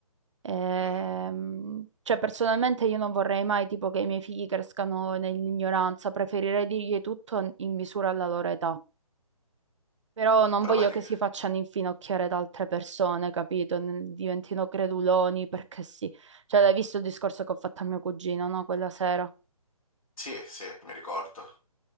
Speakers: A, on the right; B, on the left.
A: Ehm,
B: mm.
A: cioè, personalmente io non vorrei mai tipo che i miei figli crescano nell'ignoranza, preferirei dirgli tutto in misura alla loro età. Però non
B: Però
A: voglio
B: vedi,
A: che si facciano infinocchiare da altre persone, capito? N- Diventino creduloni perché sì. Cioè, l'hai visto il discorso che ho fatto a mio cugino, no? Quella sera.
B: sì, sì, mi ricordo.